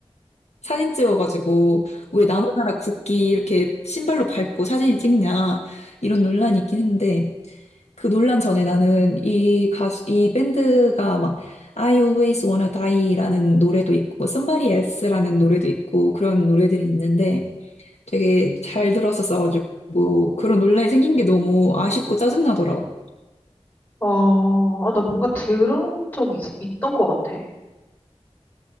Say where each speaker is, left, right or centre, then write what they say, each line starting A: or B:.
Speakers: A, on the left; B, on the left.
A: 사진 찍어가지고 왜 남의 나라 국기 이렇게 신발로 밟고 사진을 찍냐 이런 논란이 있긴 했는데 그 논란 전에 나는 이 가수 이 밴드가 막 I Always Wanna Die라는 노래도 있고 Somebody Else라는 노래도 있고 그런 노래들이 있는데 되게 잘 들었었어가지고 그런 논란이 생긴 게 너무 아쉽고 짜증나더라고.
B: 어, 아, 나 뭔가 들은 적이 있, 있던 것 같아.